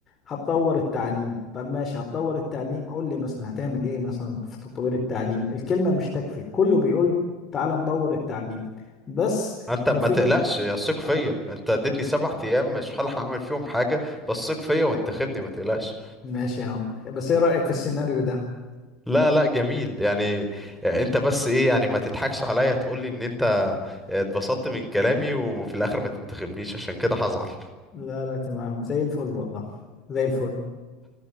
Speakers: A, on the left; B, in the centre.
A: هتطور التعليم طب ماشي هتطور التعليم قول لي مثلا هتعمل ايه مثلا في تطوير التعليم الكلمة مش تكفي كله بيقول تعال نطور التعليم بس
B: ما انت
A: ما
B: ما
A: في
B: تقلقش يا ثق فيا
A: آه،
B: انت اديتني سبع ايام مش هلحق اعمل فيهم حاجه بس ثق فيا وانتخبني ما تقلقش
A: ماشي يا عم بس ايه رأيك في السيناريو ده
B: لا لا جميل يعني آه، انت بس ايه يعني ما تضحكش عليا تقول لي ان انت اتبسطت من كلامي وفي الاخر ما تنتخبنيش عشان كده هزعل
A: لا لا تمام زي الفل والله زي الفل